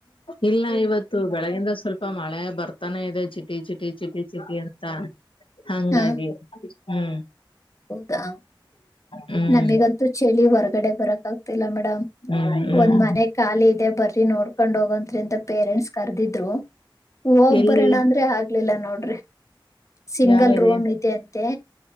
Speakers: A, on the left; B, on the left.
A: ಇಲ್ಲ ಇವತ್ತು ಬೆಳಗಿಂದ ಸ್ವಲ್ಪ ಮಳೆ ಬರ್ತಾನೆ ಇದೆ ಚಿಟಿ ಚಿಟಿ ಚಿಟಿ ಚಿಟಿ ಅಂತ ಹಂಗಾಗಿ
B: ಹ
A: ಹ್ಮ್
B: ಹೌದಾ
A: ಹ್ಮ್
B: ನಮಗಂತೂ ಚಳಿ ಹೊರ್ಗಡೆ ಬರಕ್ ಆಗ್ತಿಲ್ಲ ಮೇಡಮ್
A: ಹ್ಮ್ ಹ್ಮ್
B: ಒಂದ್ ಮನೆ ಖಾಲಿ ಇದೆ ಬರಿ ನೋಡ್ಕೊಂಡ ಹೋಗಂತ್ರಿ ಅಂತ ಪೇರೆಂಟ್ಸ್ ಕರ್ದಿದ್ರು ಹೋಗ್
A: ಎಲ್ಲಿ
B: ಬರೋಣ ಅಂದ್ರೆ ಆಗ್ಲಿಲ್ಲ ನೋಡ್ರಿ ಸಿಂಗಲ್
A: ಯಾವ ಏರಿಯಾ
B: ರೂಮ್ ಇದೆ ಅಂತೆ